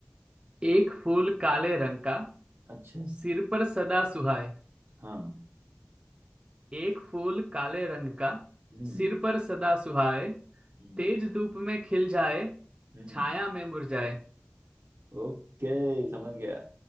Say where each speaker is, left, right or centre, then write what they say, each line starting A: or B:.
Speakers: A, on the right; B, on the right.
A: एक फूल काले रंग का
B: अच्छा
A: सिर पर सदा सुहाए
B: हाँ
A: एक फूल काले रंग का
B: हम्म
A: सिर पर सदा सुहाए
B: हम्म
A: तेज धूप में खिल जाए
B: हम्म
A: छाया में मुरझाए
B: ओके समझ गया